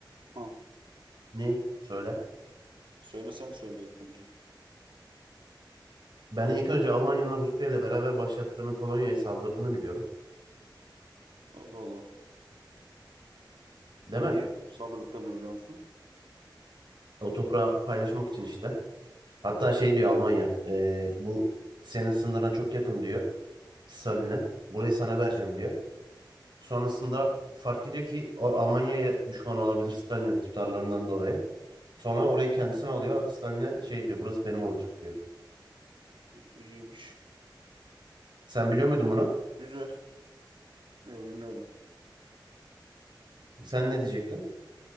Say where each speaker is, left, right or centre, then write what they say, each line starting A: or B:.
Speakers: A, on the right (about 80°); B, on the right (about 65°).
A: ha.
B: Ne? Söyle.
A: Söyle sen söyle ilk önce.
B: Ben ilk önce Almanya'nın Rusya ile beraber başlattığını, Polonya'ya saldırdığını biliyorum.
A: Allah Allah.
B: Değil
A: Niye
B: mi?
A: saldırdıklarını biliyor musun?
B: O toprağı paylaşmak için işte. Hatta şey diyor Almanya, e, bu senin sınırına çok yakın diyor Stalin'e. Burayı sana vereceğim diyor. Sonrasında fark ediyor ki o Almanya'ya düşman olabilir Stalin'in tutarlarından dolayı. Sonra orayı kendisine alıyor. Stalin'e şey diyor burası benim olacak diyor.
A: İyiymiş.
B: Sen biliyor muydun bunu?
A: Güzel. Ne bilmiyorum.
B: Sen ne diyecektin? <laughs>